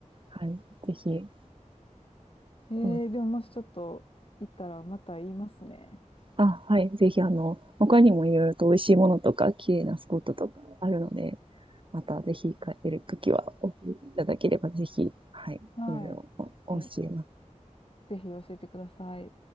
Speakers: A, on the right (about 40°); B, on the left (about 45°).
A: はい。ぜひ、
B: えー、
A: うん
B: でももしちょっと行ったらまた言いますね。
A: あ、はい。ぜひ、あの、他にもいろいろと美味しいものとか、綺麗なスポットとかあるので、またぜひ帰れるときは教えていただければ、ぜひ、はい、
B: はい。
A: いろいろお教えます。
B: え、ぜひ教えてください。